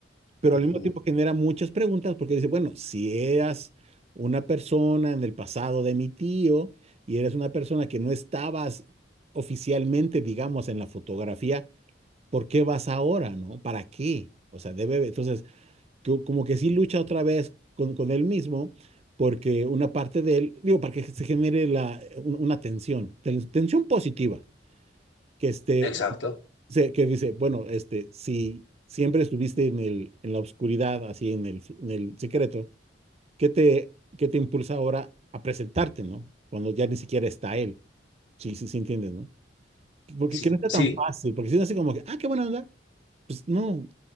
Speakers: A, on the right (about 35°); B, on the left (about 80°).
A: Pero
B: Ujú.
A: al mismo tiempo genera muchas preguntas, porque dice, bueno, si eras una persona en el pasado de mi tío y eres una persona que no estabas oficialmente, digamos, en la fotografía, ¿por qué vas ahora, no? ¿Para qué? O sea, debe, entonces, que- como que sí lucha otra vez con, con él mismo, porque una parte de él, digo, para que se genere la, eh, un- una tensión, ten- tensión positiva, que este,
B: Exacto.
A: se- que dice, bueno, este, si siempre estuviste en el, en la oscuridad, así en el, en el secreto, ¿qué te, qué te impulsa ahora a presentarte, no? Cuando ya ni siquiera está él. Sí, sí, sí, entiendes, ¿no? Porque
B: Sí,
A: que no está
B: sí,
A: tan fácil, porque si no es así como que, ah, qué buena onda, pues no,